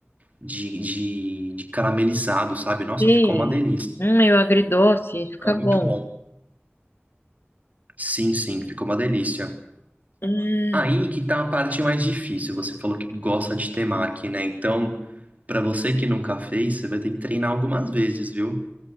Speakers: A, on the right; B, on the left.
A: de, de, de caramelizado, sabe? Nossa,
B: sei.
A: ficou uma delícia.
B: Hum, eu agridoce,
A: Fica
B: fica
A: muito
B: bom.
A: bom. Sim, sim, ficou uma delícia.
B: Hum.
A: Aí que tá a parte mais difícil. Você falou que gosta de temaki, né? Então, pra você que nunca fez, você vai ter que treinar algumas vezes, viu?